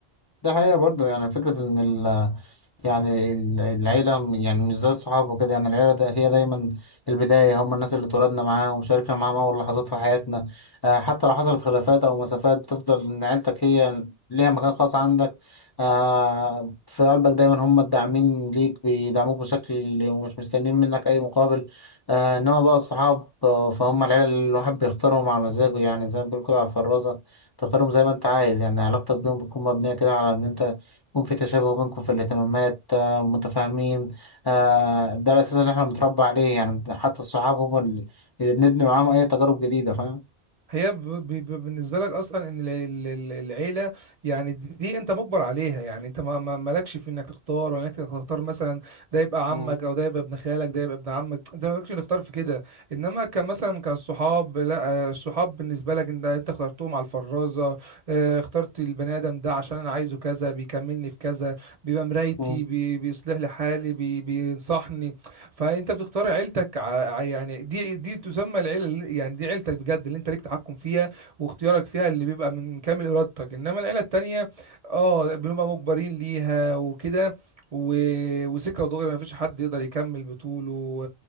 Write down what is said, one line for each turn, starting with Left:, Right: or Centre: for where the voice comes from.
Left: ده حقيقة برضه يعني فكرة إن ال يعني ال- العيلة م- يعني مش زي الصحاب وكده يعني العيلة ده هي دايما البداية هم الناس اللي اتولدنا معاهم وشاركنا معاهم أول لحظات في حياتنا آه حتى لو حصلت خلافات أو مسافات بتفضل إن عيلتك هي ليها مكان خاص عندك آه في قلبك دايما هم الداعمين ليك بيدعموك بشكل ومش مستنيين منك أي مقابل آه إنما بقى الصحاب آه، فهم العيلة اللي الواحد بيختارهم على مزاجه يعني زي ما بيقول كده على الفرازة تختارهم زي ما انت عايز يعني علاقتك بيهم بتكون مبنية كده على ان انت يكون في تشابه بينكم في الاهتمامات آه، متفاهمين آه، ده الاساس اللي احنا بنتربى عليه يعني حتى الصحاب هم اللي اللي بنبني معاهم اي تجارب جديدة فاهم
Right: هي ب- ب- ب- بالنسبة لك أصلا إن ال- ال- ال- العيلة يعني دي دي أنت مجبر عليها يعني أنت ما ما- مالكش في إنك تختار ولا إنك تختار مثلا ده يبقى عمك
Left: مم.
Right: أو ده يبقى ابن خالك ده يبقى ابن عمك أنت مالكش إنك تختار في كده إنما كان مثلا كالصحاب لا آه، الصحاب بالنسبة لك أنت أنت اخترتهم على الفرازة آه، اخترت البني آدم ده عشان أنا عايزه كذا بيكملني في كذا بيبقى مرايتي
Left: مم.
Right: بي- بيصلح لي حالي بي- بينصحني فانت بتختار عيلتك ع... ع- يعني دي دي تسمى العيله اللي... يعني دي عيلتك بجد اللي انت ليك تحكم فيها واختيارك فيها اللي بيبقى من كامل ارادتك انما العيله التانيه اه بنبقى مجبرين ليها وكده و... وسكه ودغري ما فيش حد يقدر يكمل بطوله